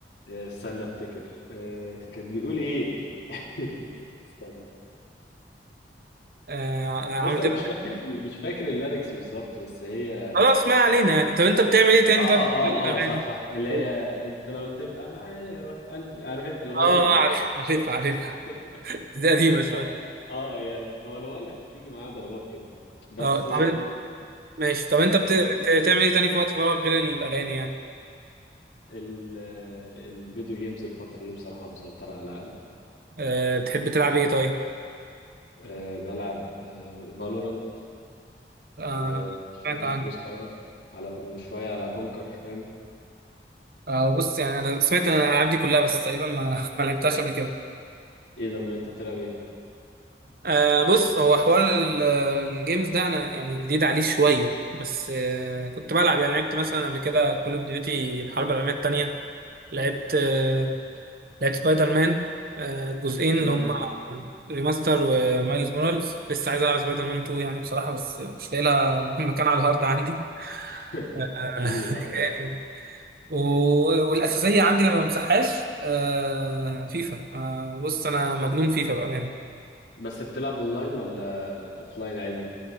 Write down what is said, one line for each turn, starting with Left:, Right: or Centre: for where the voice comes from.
Left: آه، استنى افتكر آه، كان بيقول ايه <laughs> استنى
Right: آه
Left: بص
Right: عمرو دياب
Left: انا مش فاكر ال- مش فاكر الليركس بالظبط بس هي
Right: خلاص ما علينا يعني طب انت بتعمل ايه تاني
Left: اه
Right: طب
Left: اه
Right: في الاغاني
Left: اه صح صح اللي هي
Right: اه
Left: انت لو تبقى معايا روح قلبي عارف انت الاغنيه
Right: آه،
Left: دي
Right: عارف عارفها عارفها
Left: <laughs>
Right: دي قديمه شويه
Left: اه اه يعني هو انا بقول لك بتيجي معايا ضربات كده بس
Right: اه طب انت- ماشي طب انت
Left: اللي
Right: بت... بت-
Left: بت...
Right: بتعمل ايه تاني في وقت فراغك غير الاغاني يعني
Left: ال... الفيديو جيمز الفتره دي بصراحه مسيطره على عقلي
Right: أه بتحب تلعب ايه طيب
Left: أه بلعب فالورانت
Right: آه
Left: وشويه
Right: سمعت عنه
Left: كروس فاير على وشويه على كونكر فاهم
Right: آه بص يعني انا سمعت عن الالعاب دي كلها بس تقريبا ما <laughs> ما لعبتهاش قبل كده
Left: ايه ده ما انت بتلعب ايه
Right: آه بص هو حوار ال- الجيمز ده انا يعني جديد عليه شويه بس آه كنت بلعب يعني لعبت مثلا قبل كده كول اوف ديوتي الحرب العالميه الثانيه لعبت آه، لعبت سبايدر مان آه، جزئين اللي
Left: امم
Right: هم ريماستر ومايلز مورالز لسه عايز العب سبايدر مان 2 يعني بصراحه بس مش لاقي لها <laughs> مكان على الهارد عندي
Left: <laughs>
Right: آه،
Left: تقيله
Right: <laughs>
Left: اه
Right: يعني و- والاساسيه عندي لما بمسحهاش آه، فيفا آه، بص انا مجنون فيفا بامانه
Left: بس بتلعب اونلاين ولا اوفلاين عادي